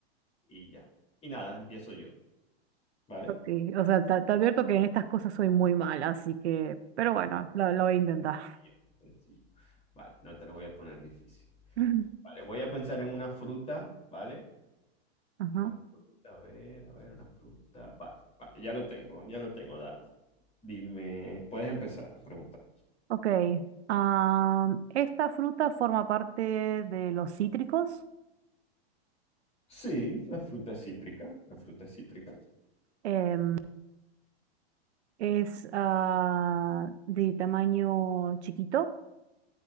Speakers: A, on the left; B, on the right.
A: y ya. Y nada, empiezo yo, ¿vale?
B: ok. O sea, te, te advierto que en estas cosas soy muy mala, así que, pero bueno, lo, lo voy a
A: Muy
B: intentar.
A: sencillo, muy sencillo. Vale, no te lo voy a poner difícil.
B: <laughs>
A: Vale, voy a pensar en una fruta, ¿vale?
B: Ajá,
A: Una fruta, a ver, a ver, una fruta. Vale, vale, ya lo tengo, ya lo tengo, Dana. Dime, puedes empezar a preguntar.
B: ok. Am, esta fruta forma parte de los cítricos.
A: Sí, la fruta es cítrica, la fruta es cítrica.
B: em, es ah, de tamaño chiquito.